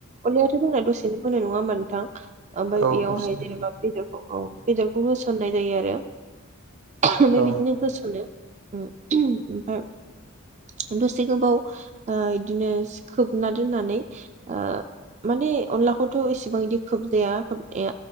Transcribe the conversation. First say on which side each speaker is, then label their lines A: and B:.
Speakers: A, on the right (about 35°); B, on the right (about 80°).
A: अनलायाथ' जोंना दसेनो मोनो नङा होमबा नोंथां ओमफाय
B: औ
A: बेयावहाय
B: दसेनो
A: जेनेबा बेदरखौ औ बेदरखौ होसननाय जायो आरो ओह ओमफाय
B: औ
A: बिदिनो होस'नदो उम उमह ओमफाय दसे गोबाव ओ एदिनो खोबना दोननानै ओ माने अनलाखौथ' एसिबां इदि खोबजाया ए